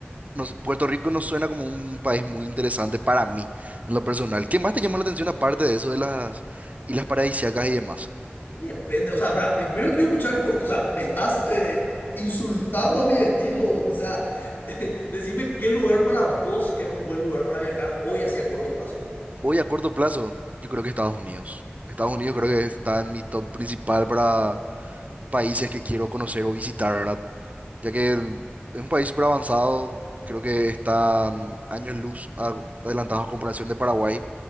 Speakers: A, on the right; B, on the left.
A: no sé, Puerto Rico no suena como un país muy interesante para mí, en lo personal. ¿Qué más te llama la atención aparte de eso de las islas paradisíacas y demás?
B: y depende, o sea, para, primero quiero escuchar, por, o sea, me estás eh, insultando a mi destino, o sea, <laughs> decime qué lugar para vos es un buen lugar para viajar hoy hacia corto plazo.
A: Hoy a corto plazo, yo creo que Estados Unidos. Estados Unidos creo que está en mi top principal para países que quiero conocer o visitar, ¿verdad? Ya que el- es un país súper avanzado, creo que están años luz a- adelantados a comparación de Paraguay.